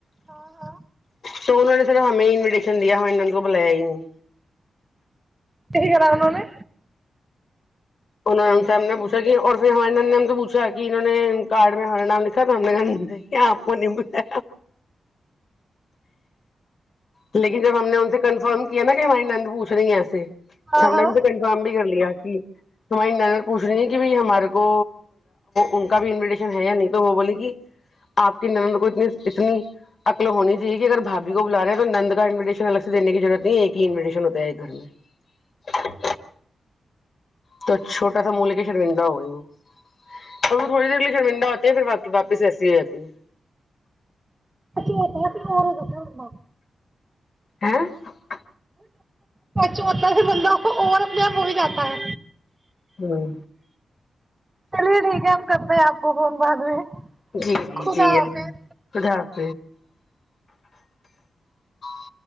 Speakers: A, on the right (about 20°); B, on the left (about 60°).
A: ہاں ہاں
B: سو انہوں نے سر ہمیں انویٹیشن دیا ہمیں ان کو بلایا ہی نہیں
A: ک کرا انہ نے
B: انہوں نے سے ہم نے پوچھا کہ اور پھر ہماریے نند نے ہم سے پوچھا کہ انہوں نے کارڈ میں ہمارا نام لکھا تو ہم نے آپ کوتا لیکن جب ہم نے ان سے کنفرم کیا نا کہ ہماری نند پوچھ رہی ہیں ایسے
A: ہاں
B: سمنا
A: ہاں
B: نے تو کنفرم بھی کر لیا کی ہماری ند پوچھ رہی ہیں کہ ہمارے کو ان کا بھی انویٹیشن ہے یا نہیں تو وہ بول کہ آپ کی ن کو اتنی اتنی عکل ہونی چاہیے کہ اگر بھابھی کو بلا رہے ہیں تو نند کا انویٹیشن الگ سے دینے کی ضرورت نہیں ایک ہی انویٹیشن ہوتا ہے ایک گھر میں تو چھوٹا سا منہ لے کے شرمندہ ہو گی وہ اور وہ تھوڑی دیر لیے شرمندہ ہوتی ہیں پھراق واپس ایسی ہو جاتی ہے
A: چ اورسا
B: ہاں <unintelligible>
A: چ ہوتا ہے بندوں کو اور اپنے آپ ہو ہی جاتا ہے
B: ہاں <unintelligible>
A: چلیے ٹھیک ہے ہم کرتے ہیں آپ کو فون بعد میں
B: جی جی
A: خدا
B: جی
A: حافظ
B: اٹھاف <inaudible>